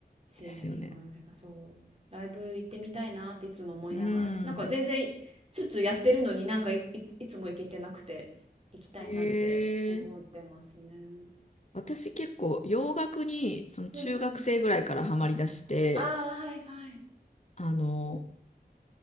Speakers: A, on the right (about 35°); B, on the left (about 45°).
A: 椎名林檎の世界、
B: ですよね。
A: そう。ライブ行ってみたいなっていつも思いながら、
B: うん。
A: なんか全然しょっちゅうやってるのになんかい、いつ、いつも行けてなくて、行きたいなって思ってますね。
B: えー、私結構洋楽にその中学生ぐらいからハマりだして、
A: うんうん。ああ、はいはい。
B: あの、